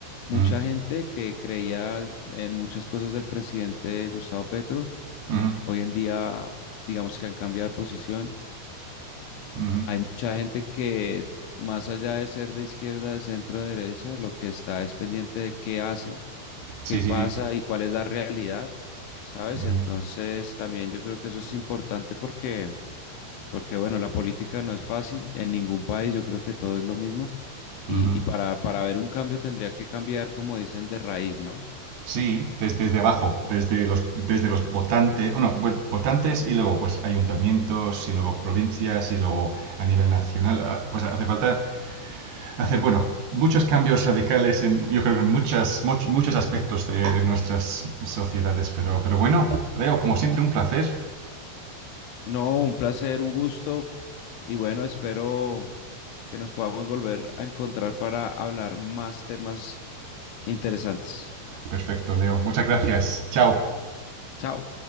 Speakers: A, on the left; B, on the right.
A: mucha
B: Mm,
A: gente que creía en muchas cosas del presidente Gustavo Petro,
B: mhm,
A: hoy en día digamos que han cambiado de posición
B: mhm.
A: hay mucha gente que, más allá de ser de izquierda, de centro, de derecha, lo que está es pendiente de qué hace,
B: Sí,
A: qué pasa
B: sí, sí.
A: y cuál es la realidad, ¿sabes?
B: Mhm.
A: Entonces, también yo creo que eso es importante porque, porque bueno, la política no es fácil en ningún país, yo creo que todo es lo mismo y,
B: Ujú.
A: y para, para ver un cambio tendría que cambiar, como dicen, de raíz, ¿no?
B: Sí, des- desde abajo, desde los, desde los votantes, bueno, bueno, votantes y luego pues ayuntamientos y luego provincias y luego a nivel nacional, ah, pues hace falta hacer, bueno, muchos cambios radicales en, yo creo, en muchas, much- muchos aspectos de, de nuestras sociedades, pero, pero bueno, Leo, como siempre, un placer.
A: No, un placer, un gusto y bueno, espero que nos podamos volver a encontrar para hablar más temas interesantes.
B: Perfecto, Leo, muchas gracias. Chao.
A: chao